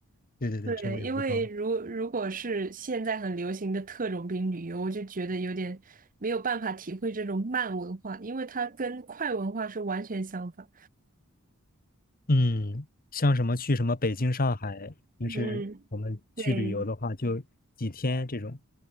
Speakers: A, on the left; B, on the right.
A: 对对对，
B: 对，
A: 成本也不高。
B: 因为如如果是现在很流行的特种兵旅游，我就觉得有点没有办法体会这种慢文化，因为它跟快文化是完全相反。
A: 嗯，像什么去什么北京、上海，平时我们去旅游的话，
B: 嗯，对
A: 就几天这种，